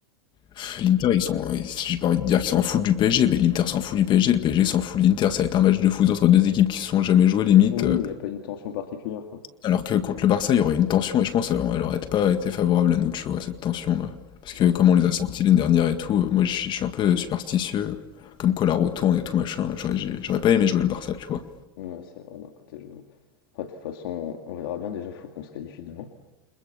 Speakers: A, on the left; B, on the left.
A: pff, l'Inter, ils sont, ils- si j'ai pas envie de dire qu'ils s'en foutent du PSG, mais l'Inter s'en fout du PSG, le PSG s'en fout de l'Inter. Ça va être un match de foot entre deux équipes qui se sont jamais jouées limite.
B: Oui,
A: euh,
B: il n'y a pas une tension particulière, quoi.
A: alors que contre le Barça, il y aurait une tension et je pense euh, elle aurait pas été favorable à nous, tu vois, cette tension-là. Parce
B: Ouais,
A: que comme
B: malheureux.
A: on les a sortis l'année dernière et tout, euh, moi je je suis un peu superstitieux, comme quoi la roue tourne et tout machin. J'aurais j'ai- j'aurais pas aimé jouer le Barça, tu vois.
B: Ouais, c'est vrai, d'un côté, je vous. Après, de toute façon, on verra bien. Déjà, faut qu'on se qualifie demain.